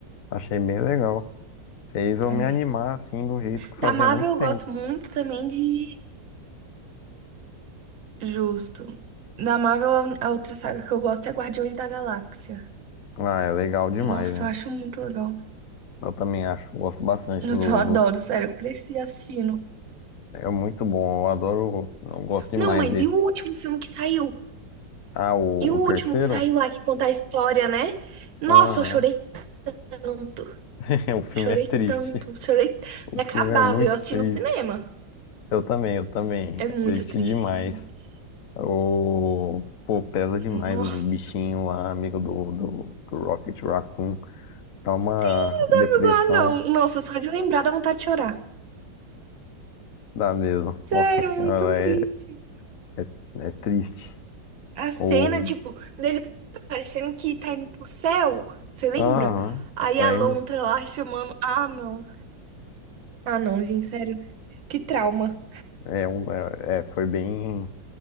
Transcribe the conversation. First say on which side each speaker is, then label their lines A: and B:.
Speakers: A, on the left; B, on the right.
A: Achei bem legal. Fez eu
B: É.
A: me animar, assim, do jeito que fazia
B: Da Marvel
A: muito
B: eu
A: tempo.
B: gosto muito também de Justo. Da Marvel, a a outra saga que eu gosto é Guardiões da Galáxia.
A: Ah, é legal demais,
B: Nossa,
A: né?
B: eu acho muito legal.
A: Eu também acho, gosto bastante
B: Eu
A: do,
B: só adoro,
A: do...
B: sério, eu cresci assistindo.
A: É muito bom, eu adoro, eu gosto demais
B: Não, mas
A: dele.
B: e o último filme que saiu?
A: Ah, o,
B: E o
A: o terceiro?
B: último que saiu lá que conta a história, né? Nossa,
A: Aham,
B: eu chorei tanto.
A: <laughs> O filme
B: Chorei
A: é triste.
B: tanto, chorei.
A: O
B: Me
A: filme
B: acabava
A: é muito
B: eu assisti
A: triste.
B: no cinema.
A: Eu também, eu também.
B: É muito
A: É triste
B: triste.
A: demais.
B: gente.
A: O... Pô, pesa demais
B: Nossa.
A: os bichinhos lá, amigo do, do, do Rocket Raccoon. Dá uma
B: Sim, os
A: depressão,
B: amigos lá não. Nossa, só de lembrar dá vontade de chorar.
A: dá mesmo.
B: Sério,
A: Nossa senhora,
B: muito triste.
A: é, é, é triste.
B: A cena,
A: O...
B: tipo, dele parecendo que tá indo pro céu. Você lembra?
A: Aham,
B: Aí
A: lembro.
B: a lontra lá chamando. Ah, não. Ah, não, gente, sério. Que trauma.
A: É, um, é, é, foi bem.